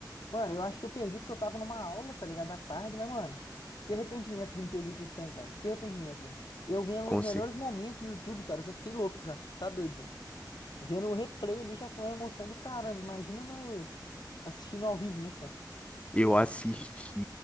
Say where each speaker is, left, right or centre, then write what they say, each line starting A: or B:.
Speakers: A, on the left; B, on the left.
A: Mano, eu acho que eu perdi porque eu tava numa aula, tá ligado? À tarde, mas, mano, que arrependimento de não ter visto esse trem, cara. Que arrependimento, velho. Eu vendo
B: com
A: os melhores
B: certeza.
A: momentos no YouTube, cara, eu já fiquei louco já. Tá doido, velho. Vendo o replay ali já foi uma emoção do caramba. Imagina no, assistindo ao vivo, né, cara?
B: Eu assisti